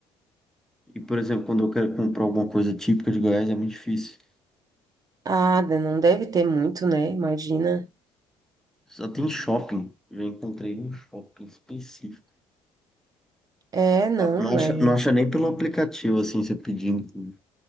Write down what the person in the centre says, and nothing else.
e, por exemplo, quando eu quero comprar alguma coisa típica de Goiás, é muito difícil.
Só tem shopping. Eu encontrei um shopping específico.
Não, não acha,
não acha nem pelo aplicativo, assim, você pedindo.